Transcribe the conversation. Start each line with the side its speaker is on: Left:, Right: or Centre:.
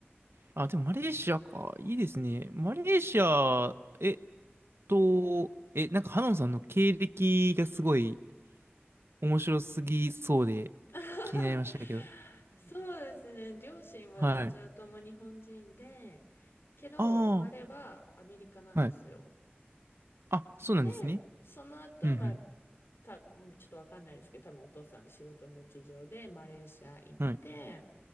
Right: あ、でもマレーシアか。いいですね。マレーシア、えっと、え、なんかハノンさんの経歴がすごい面白すぎそうで
Left: <laughs>
Right: 気になりましたけど。
Left: そうですね。両親はどちらとも日本人で、
Right: はい。
Left: けど生まれはアメリカなんですよ。
Right: ああ。はいあ、そうなんですね。
Left: で、その後、
Right: うん
Left: まあ、た、うんちょっとわかんないですけど、多分お父さんの仕事の事情でマレーシア行って、
Right: うん。はい。